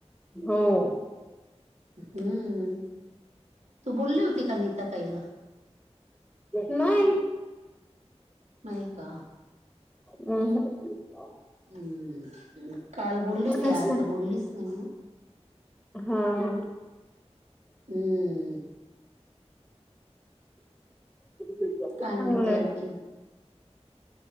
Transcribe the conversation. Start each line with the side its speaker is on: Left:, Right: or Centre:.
Centre: हो
Right: हम्म.. तू बोलली होती का नीता ताईला?
Centre: नाही.
Right: नाही का
Centre: हम्.
Right: हम्म, काल बोलली होती
Centre: काहीच
Right: आज
Centre: नाही.
Right: तर बोललीच नाही म्हणा.
Centre: हा, हा..
Right: हम्म..
Centre: चांगलंय
Right: काय म्हणते आणखी?